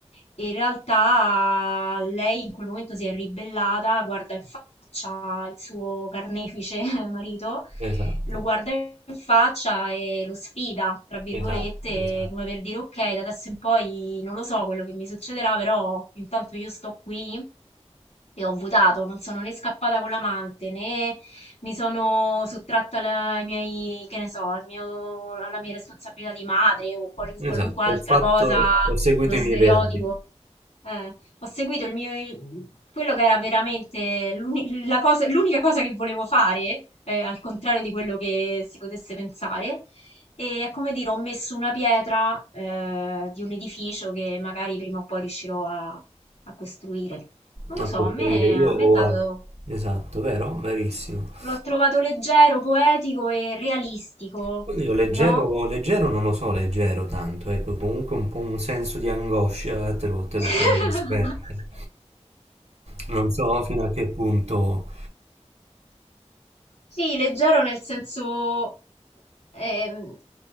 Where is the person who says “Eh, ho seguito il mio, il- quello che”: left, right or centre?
Left